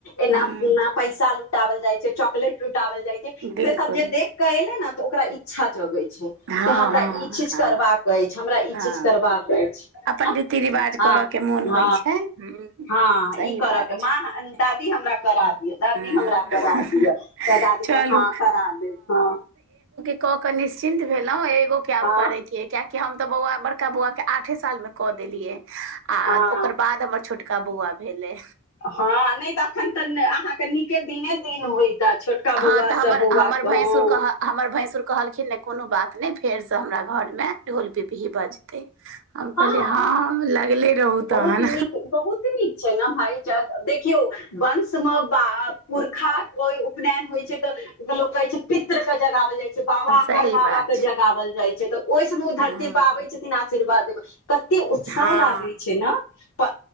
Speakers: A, on the left (about 65°); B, on the right (about 60°).
A: एना
B: हुँ
A: पुना पैसा लुटावल जाइ छै चॉकलेट लुटावल जाइ छै
B: बिल्कुल
A: से सब जे देख क एले ने तऽ ओकरा इच्छा जगै छै
B: हँ
A: कि हमरा
B: हँ
A: ई चीज
B: हँ
A: करबाक अछि हमरा ई
B: हँ
A: चीज करबाक अछि आ
B: अपन रीति रिवाज
A: ह
B: करयके मोन होइ
A: ह
B: छै हुँ हुँ
A: हं
B: सही
A: ई करके
B: बात छै
A: माँ दादी हमरा करा दिअ दादी
B: हँ
A: हमरा करा दिअ तऽ दादी
B: चलू
A: कह हँ करा देब हँ
B: क के निश्चित भेलहु एगो कैब
A: हँ
B: करे किये कि हम तऽ बौआ बड़का बौआ के आठे साल में क देलिये आ
A: हँ
B: ओकर बाद हमर छोट कबुआ भेलै
A: हँ नहि तऽ अखन तऽ अहाँके नीके दिने दिन होय एक छोटका
B: हँ
A: बौआ
B: तऽ हमर
A: से बौआ
B: हमर
A: कहों
B: भैंसुर कह हमर भैंसुर कहलखिन नहि कोनो बात नहि फेरसँ हमरा घरमे ढोल पिपही बजतै हम
A: हँ
B: कहलिय हम लगले रहू
A: बहुत
B: तहन
A: नीक बहुत नीक छै भाय देखियौ वंश मे ब पुरखा उपनयन होइ छै तऽ जेकरा लोक कहै छै पित्र सँ जगावल जाइ जे बाबा
B: सही
A: पर बाबा
B: बात
A: के
B: छै
A: जगओल जाय छै तऽ ओहि समय ओ धरती
B: हँ
A: पर आबै छथिन आशीर्वाद देबै कते उत्साह
B: हँ
A: लागै छै न प